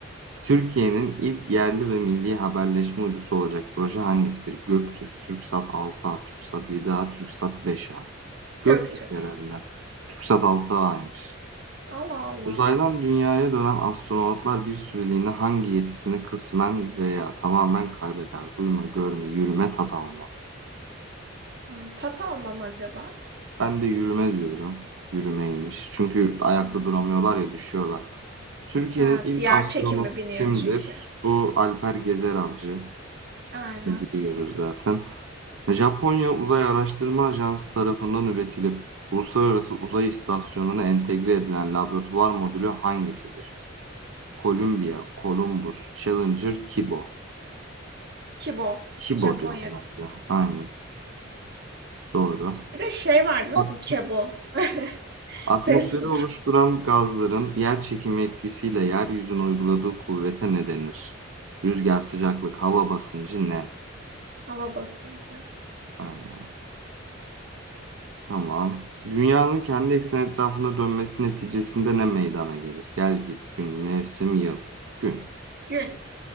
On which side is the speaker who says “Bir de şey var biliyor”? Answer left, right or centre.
Right